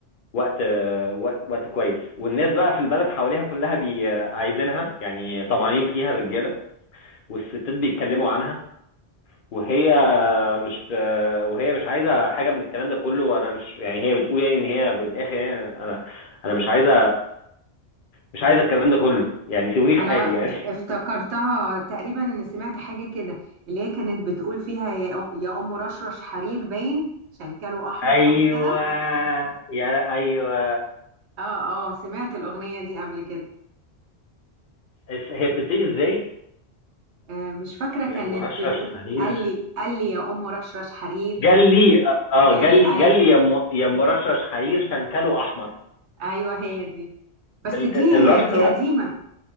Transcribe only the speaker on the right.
انا
اف- افتكرتها
تقريبا سمعت حاجه كده اللي هي كانت بتقول فيها يا يا ام رشرش حرير باين شنكله احمر
حاجه كده
اه اه سمعت الاغنيه دي قبل كده
آه مش فاكره كانت
بتقول
قال لي قال لي يا ام رشرش حرير
قال
لي ايوه
ايوه هي دي بس
دي
دي قديمه